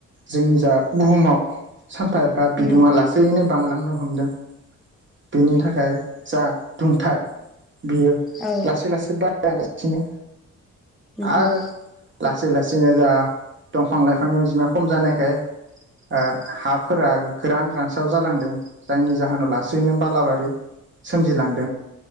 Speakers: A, on the right; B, in the centre.
A: जोंनि जा बुहुमाव सानफा एफा बिदुङा
B: उम
A: लासैनो बांलांनो हमदों बेनि थाखाय जा दुंथाय बियो
B: औ
A: लासै लासै बारायलांगासिनो
B: उम
A: आरो
B: उम
A: लासै लासै सिनो जा दंफां लाइफांनि अनजिमाया खम जानायखाय ओ हाफोरा गोरान रानसाव जालांदों जायनि जाहोनाव लासैनो बालाबारि सोमजिलांदों